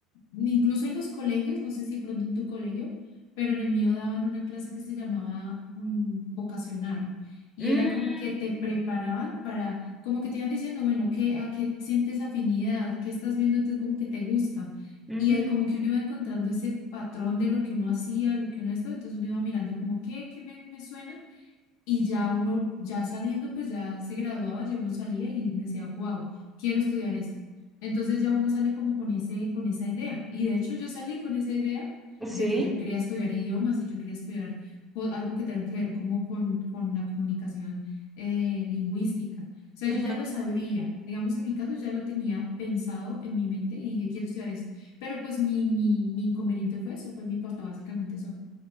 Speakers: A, on the left; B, in the centre.
A: incluso en los colegios, no sé si pronto en tu colegio, pero en el mío daban una clase que se llamaba mm, vocacional. Y
B: mm,
A: era como que te preparaban para, como que te iban diciendo, bueno, ¿qué, a qué sientes afinidad? ¿Qué estás viendo tú como que te gusta?
B: ujú,
A: Y eh, como que uno iba encontrando ese patrón de lo que uno hacía, lo que uno esto, entonces uno iba mirando como, ¿qué, qué me, me suena? Y ya uno, ya saliendo, pues ya se graduaba, ya uno salía y decía, wow, quiero estudiar esto. Entonces ya uno sale como con ese, con esa idea. Y de hecho yo salí con esa idea
B: sí,
A: de que yo quería estudiar idiomas y yo quería estudiar co- algo que tenga que ver como con, con la comunicación eh, lingüística. O sea,
B: ujú,
A: yo ya lo sabía, digamos en mi caso ya lo tenía pensado en mi mente y dije, quiero estudiar esto. Pero pues mi, mi, mi inconveniente fue eso, fue mi papá, básicamente eso